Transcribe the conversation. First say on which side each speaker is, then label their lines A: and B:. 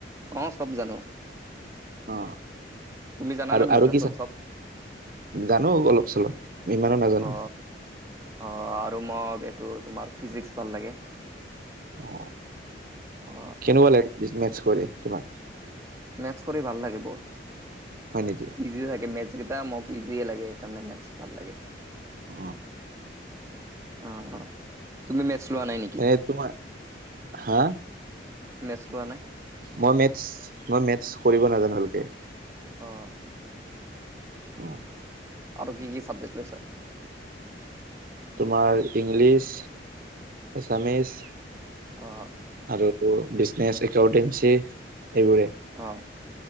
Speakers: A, on the right; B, on the right.
A: অ চব জানো
B: অ
A: তুমি জানানে
B: আৰু
A: বিজনেচত
B: আৰু কি চা
A: চব
B: জানো অলপ চলপ ইমানো নাজানো
A: অ অ আৰু মোক এইটো তোমাৰ ফিজিক্স ভাল লাগে।
B: অ
A: অ
B: কেনেকুৱা লাগি বিকনেছ কৰি তোমাক
A: মেথচ কৰি ভাল লাগে বহুত
B: হয় নেকি।
A: ইজি মেথছ কেইটা ম ইজিয়ে লাগে সেইকাৰণে মেথছ ভাল লাগে
B: উ
A: অ তুমি মেথচ লোৱা নাই নেকি।
B: এ তোমাৰ হা
A: মেথচ লোৱা নাই।
B: মই মেথছ মই মেথছ কৰিব নাজানো ভালকে
A: অ
B: অ',
A: আৰু কি কি চাবজেক্ট লৈছে
B: তোমাৰ ইংলিছ এছামিচ
A: অঁ
B: আৰু বিজনেচ একাউন্টেঞ্চি এইবোৰে
A: অঁ